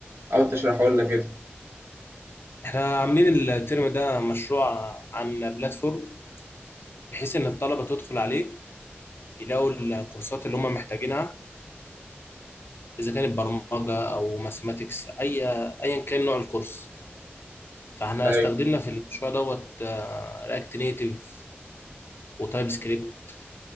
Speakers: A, on the right; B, on the left.
A: حاول تشرحه لنا كده
B: احنا عاملين الترم ده مشروع عن بلاتفورم بحيث ان الطلبه تدخل عليه يلاقوا الكورسات اللي هم محتاجينها اذا كانت برمجه او ماثيماتكس اي ايا كان نوع الكورس فاحنا
A: ايوه
B: استخدمنا في المشروع دوت رياكت نيتيف وتايب سكريبت